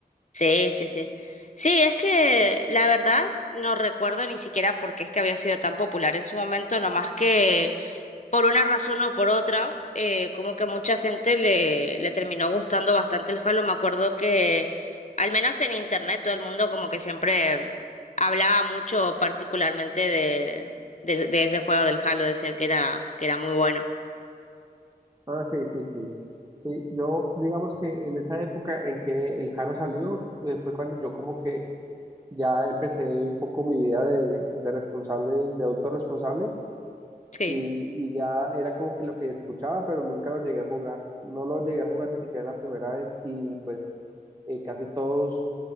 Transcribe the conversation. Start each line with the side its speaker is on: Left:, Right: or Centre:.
Left: Sí, sí, sí. Sí, es que la verdad no recuerdo ni siquiera por qué es que había sido tan popular en su momento, nomás que por una razón o por otra, eh, como que mucha gente le, le terminó gustando bastante el Halo. Me acuerdo que, al menos en internet, todo el mundo como que siempre hablaba mucho particularmente de, de, de ese juego del Halo, decían que era, que era muy bueno.
Right: Ah, sí, sí, sí. Sí, yo digamos que en esa época en que el Jaro salió, eh, fue cuando yo como que ya empecé un poco mi vida de, de responsable, de adulto responsable
Left: Sí,
Right: y, y ya era como que lo que escuchaba, pero nunca lo llegué a jugar. No lo llegué a jugar ni siquiera la primera vez y pues eh, casi todos